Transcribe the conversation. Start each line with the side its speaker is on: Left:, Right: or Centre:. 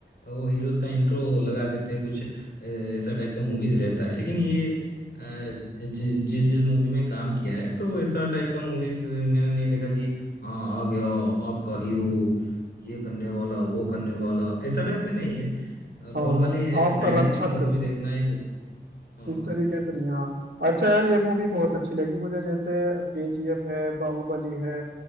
Left: वो हीरोज का इंट्रो लगा देते हैं कुछ अ, ऐसा टाइप का मूवीज रहता है लेकिन ये अ, जि, जिस जिस मूवी में काम किया है तो ऐसा टाइप का मूवीज मैंने नहीं देखा कि हाँ आ गया आपका हीरो ये करने वाला वो करने वाला ऐसा टाइप का नहीं है नॉर्मली
Right: हाँ
Left: है
Right: आपका
Left: 96
Right: रक्षक
Left: मूवी देखना एक हाँ
Right: इस तरीके से नहीं हाँ अच्छा यार ये मूवी बहुत अच्छी लगी मुझे जैसे केजीएफ है बाहुबली है